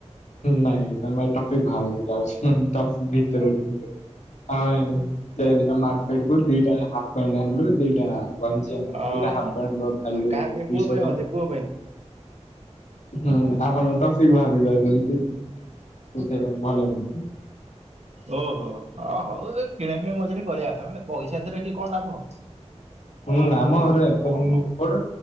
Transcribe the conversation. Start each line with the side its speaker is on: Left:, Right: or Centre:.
Left: ନାଇଁ ତମେ ଟପିକ୍ ଭାଉଜ ଫାଉଜ ଟପିକ <unintelligible> ସେଦିନ ମକେର୍ଟ କୁ ଦିଟା ହା ହାପ ପାଣ୍ଟ ଆଣିଲୁ ଦିଟା ଗଞ୍ଜି ଆଣିଲୁ
Right: ଓହୋ
Left: ଦିଟା ହାପ ପାଣ୍ଟ ର ଭ୍ୟାଲୁ
Right: କାହା
Left: ଦୁଇସହ
Right: ପାଇଁ ପୁଅ ପାଇଁ ବୋଧେ
Left: ଟଙ୍କ
Right: ପୁଅ ପାଇଁ?
Left: ହୁଁ ଆପଣ ଟପିକ ବାହାରେ ଯାଉଚନ୍ତି ସେ ସେଟା ଭଲ ନୁହୁଁ।
Right: ଓହୋ ହ ହଉ ଏ କିଣାକିଣି ମଝିରେ କରିବା କଥା ନହେଲେ ପଇସା ଏତେ ରଖିକି କଣ ଲାଭ।
Left: ହଁ ଆମ ଘରେ ଏପଟେ